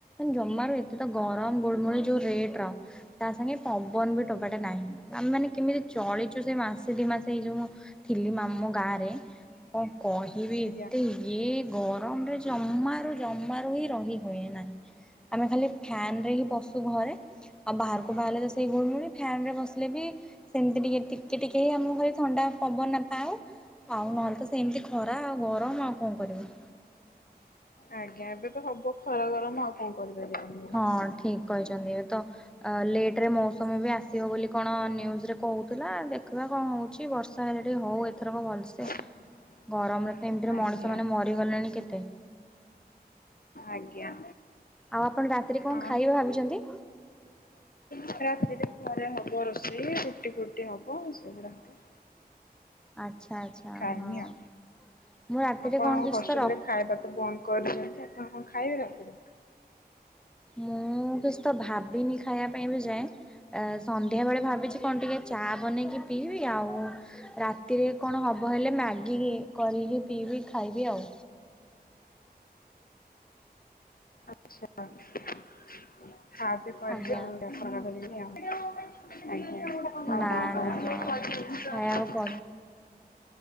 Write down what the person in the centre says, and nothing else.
ଜମାରୁ ଏ ତ ଗରମ ଗୁଳମୁଲୀ ଯଉ ରେଟେ ର ତା ସାଙ୍ଗେ ପବନ ବି ଟୋପାଟେ ନାହିଁ ଆମେ ମାନେ କେମିତି ଚଳିଛୁ ସେ ମାସେ ଦି ମାସେ ଏଇ ଯୋଉ ଥିଲି ମାମୁଁ ଗାଁ ରେ। କଣ କହିବି
ଏତେ ଇଏ ଗରମ ରେ ଜମାରୁ ଜମାରୁ ହିଁ ରହି ହୁଏ ନା ଆମେ ଖାଲି ଫ୍ୟାନ ରେ ହିଁ ବସୁ ଘରେ। ଆଉ ବାହାରକୁ ବାହାରିଲେ ଯେ ସେଇ ଗୁଳୁଗୁଳି। ଫ୍ୟାନ ରେ ବସିଲେ ବି ସେମିତି ଟିକେ ଟିକେ ଟିକେ ହିଁ ଆମ ଘରେ ଥଣ୍ଡା ପବନ ପାଉ। ଆଉ ନହଲ ତ ସେମିତି ଖରା ଆଉ ଗରମ ଆଉ କଣ କରିବ।
ହଁ ଠିକ୍ କହିଛନ୍ତି ଏ ତ ଆ ଲେଟ ରେ ମୌସୁମୀ ବି ଆସିବ ବୋଲି କଣ ନିୟୁଜୁ ରେ କହୁଥିଲା ଦେଖିବା କଣ ହଉଛି ବରଷ। ସାହେଲେ ଟିକେ ମୁଁ ଏଥରକ ଭଲସେ।
ଗରମରେ ତ ଏମିତିରେ
ମଣିଷ ମାନେ ମରିଗଲେଣି କେତେ।
ଆଉ ଆପଣ ରାତିରେ କଣ
ଖାଇବେ ଭାବିଛନ୍ତି?
ଆଚ୍ଛା ଆଚ୍ଛା
ହଁ। ମୁଁ ରାତିରେ
କଣ କିଛି
ତ ର
ମୁଁ କିଛି ତ ଭାବିନି ଖାଇବା ପାଇଁ ବିଏବେ ଯାଏଁ ଏ ସନ୍ଧ୍ୟା ବେଳେ ଭାବିଛି କଣ ଟିକିଏ ଚା ବନେଇକି ପିଇବି ଆଉ ରାତିରେ କଣ ହେବ ହେଲେ ମ୍ୟାଗି କରିକି ପିଇବି ଖାଇବି ଆଉ।
ଆଜ୍ଞା
ନା ନା
ହଁ
ଖାଇବାକୁ ପଡେ।